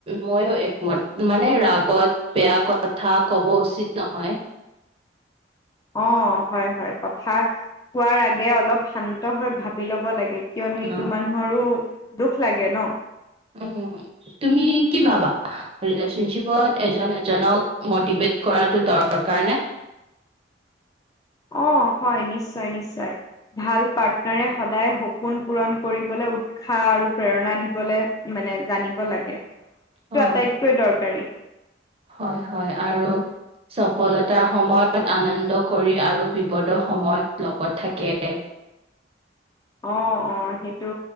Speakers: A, on the right; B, on the left.
A: ময়ো একমত মানে ৰাগত বেয়া কথা কব উচিত নহয়।
B: অ হয় হয় কথা কোৱাৰ আগে অলপ শান্ত হৈ ভাবি ল'ব লাগে কিয়নো
A: অ',
B: ইটো মানুহৰো দুখ লাগে ন
A: উ তুমি কি ভাবা? ৰিলেচনশ্বিপত এজন এজনক মটিভেট কৰাটো দৰকাৰ নে?
B: অ হয় নিশ্চয় নিশ্চয় ভাল পাৰ্টনাৰে সদায় সপোন পূৰণ কৰিবলৈ উ উ্ষা আৰু প্ৰেৰণা দিবলৈ মানে জানিব লাগে সেইটো
A: হয়,
B: টো আটাইতকৈ দৰকাৰী।
A: হয় হয় আৰু সফলতাৰ সময়ত আনন্দ কৰি আৰু বিপদৰ সময়ত লগত থাকে।
B: অ অ সেইটো